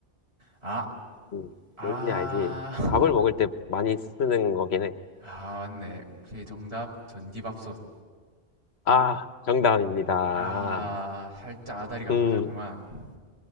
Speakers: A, on the right (about 80°); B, on the left (about 80°).
A: 아,
B: 음,
A: 아,
B: 왠지 알지? 밥을
A: <laughs>
B: 먹을 때 많이 쓰는 거긴 해.
A: 아, 맞네. 오케이, 정답. 전기밥솥.
B: 아, 정답입니다.
A: 아, 살짝 아다리가
B: 음,
A: 안 맞았구만.